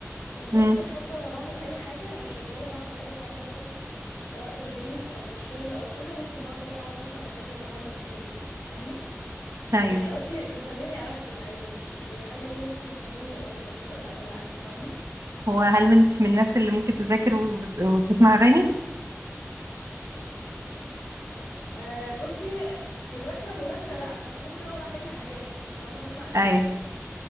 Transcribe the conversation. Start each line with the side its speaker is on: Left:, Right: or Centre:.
Left: وممكن
Right: امم
Left: حتى وأنا بعمل أي حاجة يعني شغالة بعمل أي حاجة مثلا سواء في البيت أو في الشغل أو كده ممكن برضو أقعد أسمع أغاني وأنا بعمل الحاجة دي فاهمة؟
Right: ايوه
Left: يعني قصدي بتخليني أركز عادي مش مش اللي حاجة اللي هي مثلا بتخليني أبقى مشتتة لا بالعكس فاهمة؟
Right: هو هل انت من الناس اللي ممكن تذاكر وبت... وبتسمع أغاني؟
Left: أه بصي مذاكرة مذاكرة لا بس ممكن أقعد أحل حاجات لو أنا بسمع أغاني
Right: ايوه